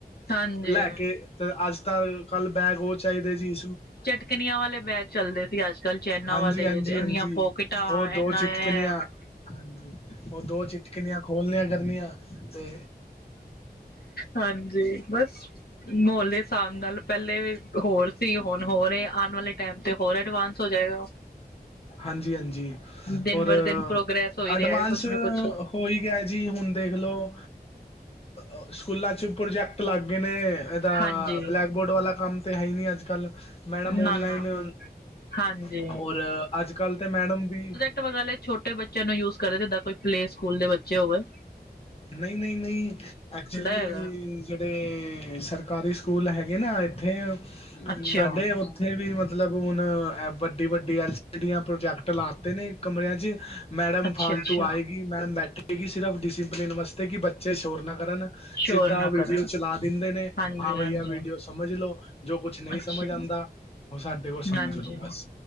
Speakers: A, on the left; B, on the left.
A: ਹਾਂਜੀ
B: ਲੈ ਕੇ ਤੇ ਅੱਜ ਤਾ, ਕੱਲ ਬੈਗ ਹੋਰ ਚਾਈਦੇ ਜੀ
A: ਚਟਕਨੀਆਂ ਵਾਲੇ ਬੈਗ ਚੱਲਦੇ ਸੀ ਅੱਜ ਕੱਲ ਚੈਨਾਂ
B: ਹਾਂਜੀ
A: ਵਾਲੇ
B: ਹਾਂਜੀ
A: ਇੰਨੀਆਂ
B: ਹਾਂਜੀ
A: ਪੋਕਿਟਾਂ
B: ਉਹ ਦੋ
A: ਐਨਾ
B: ਚਿਟਕਨੀਆਂ
A: ਇਹ।
B: ਹਾਂਜੀ ਉਹ ਦੋ ਚਿਟਕਨੀਆਂ ਖੋਲਣੀਆਂ ਕਰਨੀਆਂ ਤੇ
A: ਹਾਂਜੀ ਬਸ ਮਾਹੌਲ ਦੇ ਹਿਸਾਬ ਨਾਲ। ਪਹਿਲੇ ਹੋਰ ਸੀ, ਹੁਣ ਹੋਰ, ਆਉਣ ਵਾਲੇ ਟਾਈਮ ਤੇ ਹੋਰ ਐਡਵਾਂਸ ਹੋ, ਜਾਏਗਾ।
B: ਹਾਂਜੀ ਹਾਂਜੀ
A: ਦਿਨ
B: ਹੋਰ
A: ਬਰ ਦਿਨ ਪ੍ਰੋਗਰੈਸ ਹੋ ਹੀ
B: ਅਡਵਾਂਸ
A: ਰਿਹਾ ਹੈ ਕੁਛ ਨਾ ਕੁਛ
B: ਹੋਈ ਐ ਜੀ, ਹੁਣ ਦੇਖ਼ ਲਓ? ਅ, ਸਕੂਲਾਾਂ ਚ, ਪ੍ਰੋਜੈਕਟ ਲੱਗ ਗਏ ਨੇ ਦਾ,
A: ਹਾਂਜੀ
B: ਬਲੈਕ ਬੋਰਡ ਵਾਲਾ ਕੰਮ ਤੇ ਹੈ ਹੀ ਨਹੀਂੀ, ਅੱਜ ਕੱਲ ਮੈਡਮ ਔਨਲਾਈਨ
A: ਨਾ ਨਾ
B: ਰ,
A: ਹਾਂਜੀ
B: ਅੱਜ ਕੱਲ ਤੇ ਮੈਡਮ ਵੀ?
A: ਤੇ, ਉਹਨਾਂ ਨੇ ਛੋਟੇ ਬੱਚਿਆਂ ਨੂੰ ਯੂਜ ਕਰਾ, ਜਿੱਦਾਂ ਕੋਈ ਪਲੇ ਸਕੂਲ ਦੇ ਬੱਚੇ, ਹੋ ਗ
B: ਨਹੀਂ ਨਹੀਂ ਨਹੀਂ, ਐਕਚੁਲੀ
A: ਹੈਗਾ
B: ਜਿਹੜੇ, ਸਰਕਾਰੀ ਸਕੂਲ ਹੈਗੇ ਨਾ ਇੱਥੇ
A: ਅੱਛਾ
B: ਸਾਡੇ, ਉ ਉੱਥੇ ਵੀ, ਮਤਲਬ ਹੁਣ ਵੱਡੀ ਵੱਡੀ ਐਲ ਸੀ ਪ੍ਰੋਜੈਕਟ ਲਾਤੇ ਨੇ ਕਮਰਿਆਂ, ਚ ਮੈਡਮ,
A: ਅੱਛਾ
B: ਫਾਲਤੂ
A: ਅੱਛਾ
B: ਆਏਗੀ, ਮੈਡਮ ਬੈਠੇਗੀ, ਸਿਰਫ ਡਿਸਪਲਿਨ ਵਾਸਤੇ ਕਿ ਬੱਚੇ ਸ਼ੋਰ, ਨਾ ਕਰਨ ਸਿੱਧਾ
A: ਸ਼ੋਰ ਨਾ
B: ਉਹ ਵੀਡੀਓ
A: ਕਰਨ
B: ਚਲਾ ਦਿੰਦੇ ਨੇ,
A: ਹਾਂਜੀ
B: ਹਾਂ ਬਈਆ
A: ਹਾਂਜੀ
B: ਵੀਡੀਓ ਸਮਝ ਲਓ, ਜੋ ਕੁਛ ਨਹੀਂ
A: ਅੱਛਾ
B: ਸਮਝ ਆਉਂਦਾ ਉਹ, ਸਾਡੇ ਕੋਲ ਸਮਝ
A: ਹਾਂਜੀ
B: ਲਓ ਬਸ,